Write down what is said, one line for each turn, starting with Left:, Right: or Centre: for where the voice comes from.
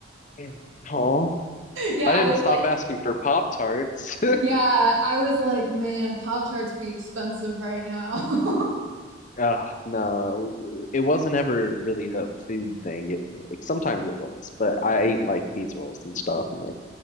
Left: Yeah. oh
Right: Yeah,
Left: I
Right: I
Left: didn't
Right: was
Left: stop
Right: like,
Left: asking for Pop Tarts
Right: yeah, I was like, man, Pop Tarts be expensive right now. <laughs>
Left: <laughs> uh no it wasn't ever really a food thing it, like sometimes it was but I ate like pizza rolls and stuff and like